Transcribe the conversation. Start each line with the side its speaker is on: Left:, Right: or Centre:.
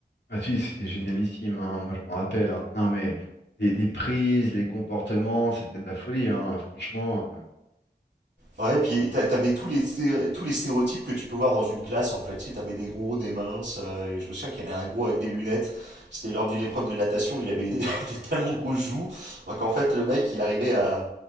Left: Ah si, c'était génialissime, hein, Moi, je m'en rappelle. hein. Non, mais les, les prises, les comportements, c'était de la folie, hein, Franchement, euh.
Right: Ouais, et puis t'a- t'avais tous les, stéré- tous les stéréotypes que tu peux voir dans une classe, en fait. Tu sais, t'avais des gros, des minces, euh, et je me souviens qu'il y avait un gros avec des lunettes. C'était lors d'une épreuve de natation, il avait <laughs> des tellement grosses joues, euh, qu'en fait, le mec, il arrivait à...